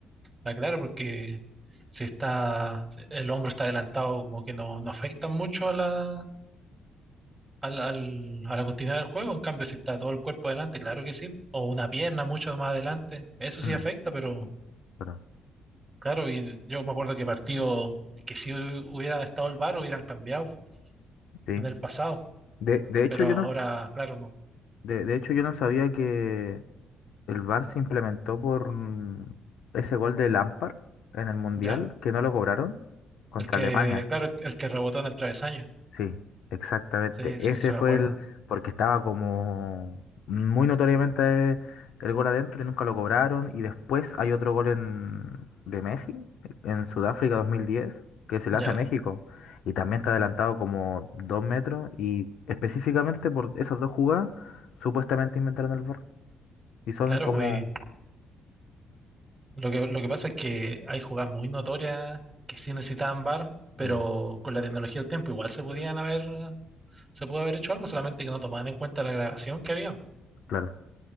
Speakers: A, on the right (about 20°); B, on the left (about 75°).
A: Ah, claro, porque si está, el hombro está adelantado, como que no, no afecta mucho a la, al- al- a la continuidad del juego, en cambio si está todo el cuerpo adelante, claro que sí, o una pierna mucho más adelante, eso sí
B: Mm.
A: afecta, pero...
B: Claro,
A: Claro, y yo me acuerdo que partido que si hu- hubiera estado el VAR hubieran cambiado
B: sí.
A: en el pasado,
B: De, de hecho,
A: pero
B: yo
A: ahora,
B: no,
A: claro, no.
B: de, de hecho, yo no sabía que, El VAR se implementó por mm, ese gol de Lampard en el Mundial,
A: Ya,
B: que no lo cobraron contra
A: el que,
B: Alemania.
A: claro, el que rebotó en el travesaño.
B: Sí, exactamente.
A: Sí,
B: Ese
A: sí, sí, sí me
B: fue
A: acuerdo.
B: el, porque estaba como muy notoriamente el gol adentro y nunca lo cobraron. Y después hay otro gol en, de Messi en Sudáfrica 2010 que se le
A: Ya,
B: hace a México. Y también está adelantado como dos metros. Y específicamente por esas dos jugadas, supuestamente inventaron el VAR. Y son
A: claro,
B: como...
A: pues lo que, lo que pasa es que hay jugadas muy notorias que sí necesitaban VAR, pero
B: mm,
A: con la tecnología del tiempo igual se podían haber, se pudo haber hecho algo, solamente que no tomaban en cuenta la grabación que había.
B: Claro.